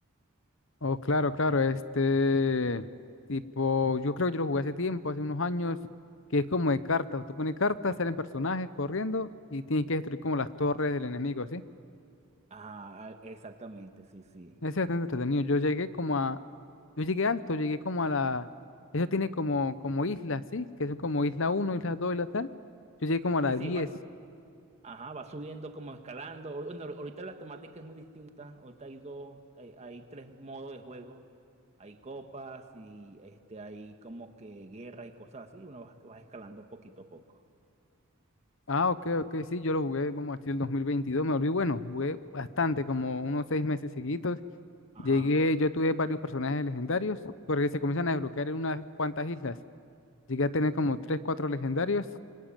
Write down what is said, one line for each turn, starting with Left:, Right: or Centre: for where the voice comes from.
Left: Oh, claro, claro, este tipo, yo creo que yo lo jugué hace tiempo, hace unos años, que es como de cartas, tú pones cartas, salen personajes corriendo y tienes que destruir como las torres del enemigo, ¿sí?
Right: Ah, exactamente, sí, sí.
Left: Ese es entretenido. Yo llegué como a, yo llegué alto, llegué como a la, eso tiene como, como islas, ¿sí? Que son como isla uno, isla 2, isla tal. Yo llegué como a la
Right: Sí, sí,
Left: 10.
Right: Y ajá, va subiendo como escalando. O- Bueno, ahorita la temática es muy distinta. Ahorita hay dos, hay, hay tres modos de juego. Hay copas y este, hay como que guerra y cosas así. Uno va, va escalando poquito a poco.
Left: Ah, ok, ok, sí, yo lo jugué, vamos a decir, el 2022. me volví bueno, jugué bastante, como unos seis meses seguidos.
Right: Ajá.
Left: Llegué, yo tuve varios personajes legendarios, porque se comienzan a desbloquear en unas cuantas islas. Llegué a tener como tres, cuatro legendarios,